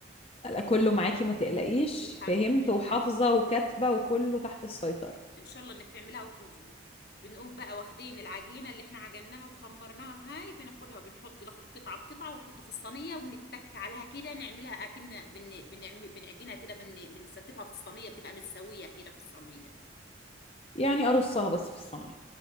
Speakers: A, on the left (about 30°); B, on the left (about 55°).
A: لا، كله معاكي ما تقلقيش
B: الحمد
A: فهمت
B: لله
A: وحافظه وكاتبه وكله تحت السيطره
B: ان شاء الله انك تعملها وتظبط بنقوم بقى واخدين العجينه اللي احنا عجناها وخمرناها هاي بناخدها وبنحط ناخد قطعه بقطعه ونحط في الصينيه ونتك عليها كده نعملها اكن بن... بنعمل بنعجنها كده بن... بنستفها في الصينيه بتبقى متساويه كده في الصينيه
A: يعني ارصها بس في الصينيه